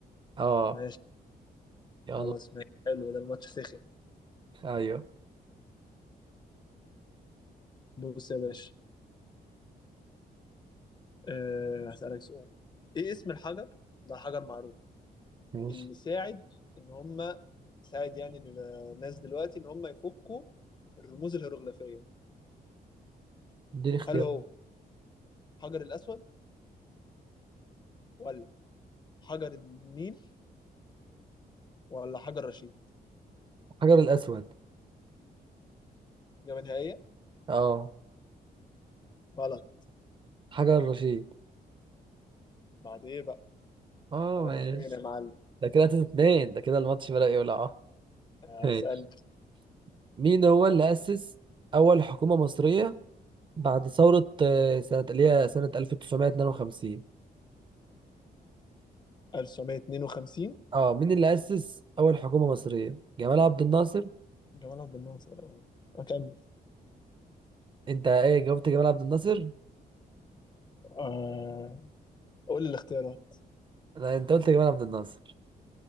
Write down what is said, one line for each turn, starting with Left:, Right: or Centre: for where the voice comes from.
Right: اه
Left: ماشي
Right: يلا
Left: خلاص ماشي حلو ده الماتش سخن
Right: أيوه
Left: بص يا باشا أه هسألك سؤال ايه اسم الحجر ده حجر معروف
Right: ماشي
Left: اللي ساعد ان هم ساعد يعني الناس دلوقتي ان هم يفكوا الرموز الهيروغليفية
Right: اديني اختيار
Left: هل هو حجر الأسود ولا حجر النيل ولا حجر رشيد
Right: حجر الأسود
Left: إجابة نهائية
Right: اه
Left: غلط
Right: حجر الرشيد
Left: بعد إيه بقى
Right: اه
Left: 3
Right: ماشي
Left: 2 يا معلم
Right: ده كده تلاتة اتنين ده كده الماتش بدأ يولع اه
Left: أسأل
Right: ماشي مين هو اللي أسس أول حكومة مصرية بعد ثورة آه، سنة اللي هي سنة 1952
Left: 1952
Right: اه مين اللي أسس أول حكومة مصرية؟ جمال عبد الناصر
Left: جمال عبد الناصر أكمل
Right: أنت إيه جاوبت جمال عبد الناصر؟
Left: آه. قول لي الاختيارات
Right: لا أنت قلت جمال عبد الناصر